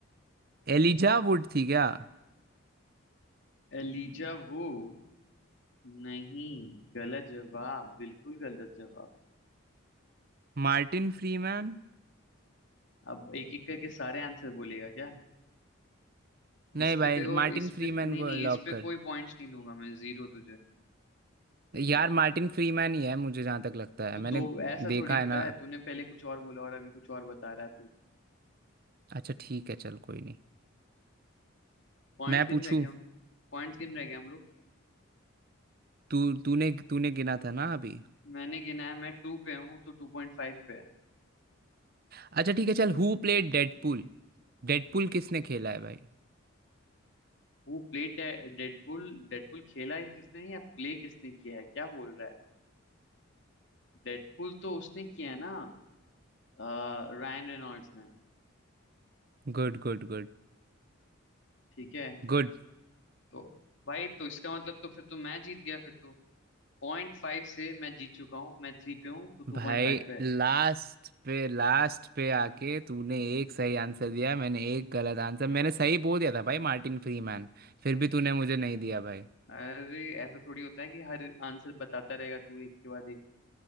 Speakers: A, on the right; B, on the left.
A: एलिजा वुड थी क्या
B: Elijah would नहीं गलत जवाब बिल्कुल गलत जवाब
A: Martin Freeman
B: अब एक एक करके सारे आंसर बोलेगा क्या इस
A: नहीं
B: पे
A: भाई
B: तेरे को
A: मार्टिन
B: इस
A: फ्रीमैन
B: पे नहीं
A: को
B: नहीं इस
A: लॉक
B: पे कोई
A: कर
B: पॉइंट्स नहीं दूंगा मैं जीरो तुझे ठीक
A: यार
B: है
A: मार्टिन फ्रीमैन ही है मुझे जहाँ तक लगता है
B: तो
A: मैंने
B: दो ऐसा
A: देखा
B: थोड़ी होता
A: है ना
B: है तूने पहले कुछ और बोला और अभी कुछ और बता रहा है तू
A: अच्छा ठीक है चल कोई नहीं
B: पॉइंट्स
A: मैं
B: गिन
A: पूछूं
B: रहे क्या हम पॉइंट्स गिन रहे क्या हम लोग
A: तू तूने तूने गिना था ना अभी
B: मैंने गिना है मैं टू पे हूँ तो टू पॉइंट फाइव पे है
A: अच्छा ठीक है चल हु प्लेड डेडपूल डेडपूल किसने खेला है भाई
B: Who played Deadpool डेडपुल खेला है किसने या प्ले किसने किया है क्या बोल रहा है डेडपुल तो उसने किया है ना आ, रायन रेनॉल्ड्स ने
A: Good good good
B: ठीक है
A: गुड
B: तो भाई तो इसका मतलब तो फिर तो मैं जीत गया फिर तो पॉइंट फाइव से मैं जीत चुका हूँ मैं थ्री पे हूँ तो टू
A: भाई
B: पॉइंट फाइव पे है
A: लास्ट पे लास्ट पे आके तूने एक सही आंसर दिया मैंने एक गलत आंसर मैंने सही बोल दिया था भाई मार्टिन फ्रीमैन फिर भी तूने मुझे नहीं दिया भाई
B: अरे ऐसा थोड़ी होता है कि हर आंसर बताता रहेगा तू एक के बाद एक